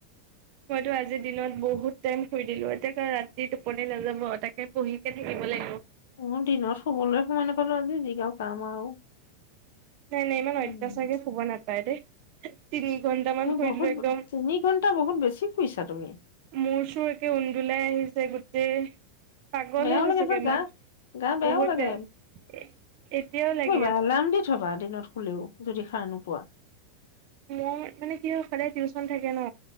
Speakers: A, on the right (about 55°); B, on the left (about 70°).
A: মইতো আজিৰ দিনত বহুত। তেহ শুই দিলো, এতিয়া ৰাতি টোপনি নাযাব তাকে পঢ়িকে থাকিব লাগিব।
B: উ দিনত শুবলৈ সমানে পালো আজি যিগাও কাম আৰু।
A: নাই নাই ইমান,
B: উম
A: অত্যাচাৰকে শুব নাপায় দেই। তিনি ঘন্টামান
B: তুমি
A: শুই
B: বহুত
A: দিলো একদম
B: তিনি ঘন্টা বহুত বেছি শুইছা তুমি।
A: মোৰ চোৰ একে উন্দোলাই আহিছে গোটেই। পাগল
B: বেয়াও
A: হৈ
B: লাগে
A: গৈছোগে
B: নহয় গা
A: মই
B: গা বেয়াও
A: বহুত
B: লাগে
A: বেয়া, এতিয়াও লাগে।
B: এলাৰম দি থবা দিনত শুলেও যদি সাৰ নোপোৱা।
A: মোৰ মানে কি হয় সদায় টিউচন থাকে ন।